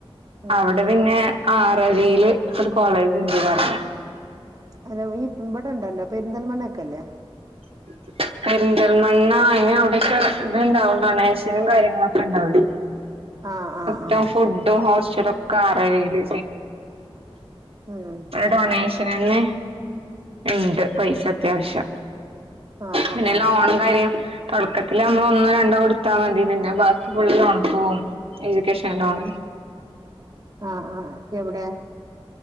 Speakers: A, on the right (about 40°); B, on the right (about 75°).
A: ഉം
B: അവിടെ
A: ഉം
B: പിന്നെ ആറരില് ഒരു കോളേജ്ണ്ട് പറഞ്ഞു.
A: അല്ല വീ ഇവിടെണ്ടെല്ലോ പെരിന്തൽമണ്ണക്കെല്ലേ?
B: <inaudible> പെരിന്തൽമണ്ണ അയിന് അവിടെക്കെ ത്ണ്ടാവും. ഡോണേഷനും കാര്യങ്ങളൊക്കേണ്ടവി ഉണ്ടാവില്ലേ
A: ആഹ് ആഹ്
B: <unintelligible>
A: ആഹ്
B: ഫുഡ്ടും ഹോസ്റ്റലും കാറയില്
A: ഉം
B: ഡൊണേഷനന്നെ? ണ്ട് പൈസ ത്യാവശ്യ.
A: ആഹ് ആഹ്
B: പിന്നെ
A: ആഹ്
B: ലോണും കാര്യം തൊടക്കത്തി ലമ്മളോന്നോ രണ്ടോ കൊടുത്താ മതി, പിന്നെ ബാക്കി ഫുള്ള് ലോണ്ക്ക്‌ പോകും. Education loan.
A: ആ ആ എവ്ടെ?